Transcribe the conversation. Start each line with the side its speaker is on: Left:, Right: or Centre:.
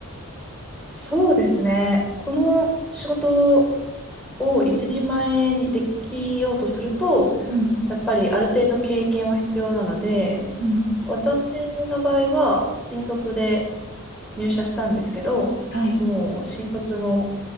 Centre: そうですね。この仕事を一人前にできようとすると、
Left: うん。
Centre: やっぱりある程度経験は必要なので、
Left: うん。
Centre: 私の場合は新卒で入社したんですけど、
Left: はい。
Centre: もう新卒の